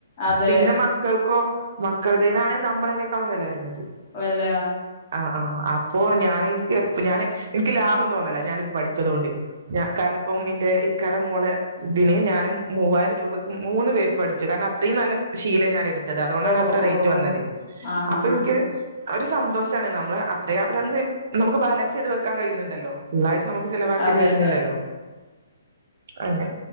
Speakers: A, on the left; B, on the right.
A: അതെ
B: പിന്നെ മക്കൾക്കോ മക്കളടെതാണ് നമ്മളേനെക്കാളും വെല വെര്ന്നത്
A: വെല
B: ആാ ആാ ആാ അപ്പോ ഞാന് എനിക്ക് ഞാന് എനിക്ക് ലാഭം തോന്നാല്ലാ ഞാന ഇത് പഠിച്ചത്കൊണ്ട് ഞാ കാരണം ഇപ്പം എന്റെ ഈ കട മോള ഇതിനെ ഞാനും മൂവായിരം രൂപയ്ക്ക് മൂന്ന് പേർ പഠിച്ചു കാരണം അത്രയും നല്ല ശീല ഞാൻ എട് <unintelligible> അതുകൊണ്ടാണ്
A: ഓ
B: അത്ര റേറ്റ്
A: ഓ
B: വന്നത്
A: ആ ഹാ
B: അപ്പൊ
A: ഹാ
B: എനിക്ക് ഒര് സന്തോഷം നമ്മള് അത്രയെ അവടെന്ന് നമക്ക് ബാലൻസ് ചെയ്ത് വെക്കാൻ കഴിയുന്നുണ്ടല്ലോ ഫുൾയിട്ട് നമക്ക് ചെലവാക്കേണ്ടി
A: അതെ
B: വെരുന്നില്ലല്ലോ
A: അതെ
B: അങ്ങനെ